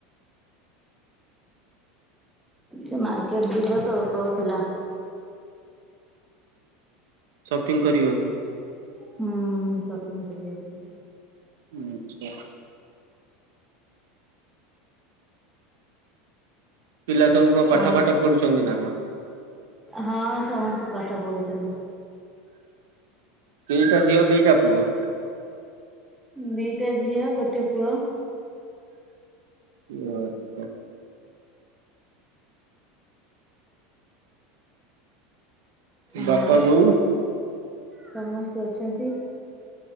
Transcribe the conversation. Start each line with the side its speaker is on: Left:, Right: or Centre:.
Centre: ସେ ମାର୍କେଟ ଯିବ ତ କହୁଥିଲା।
Right: ସପିଂ କରିବାକୁ।
Centre: ହୁଁ ସପିଙ୍ଗ୍ କରିଆ ପାଇଁ।
Right: <unintelligible> ପିଲା ସବୁ କଣ ପାଠ
Centre: ଆଉ
Right: ଫାଠ ପଢ଼ୁଛନ୍ତି ନା କଣ?
Centre: ହଁ ସମସ୍ତେ ପାଠ ପଢୁଛନ୍ତି।
Right: କେଇଟା ଝିଅ, କେଇଟା ପୁଅ?
Centre: ଦିଟା ଝିଅ, ଗୋଟେ ପୁଅ।
Right: ଆଚ୍ଛା।
Centre: ହଁ।
Right: ବାପା ବୋଉ
Centre: ସମସ୍ତେ ଅଛନ୍ତି।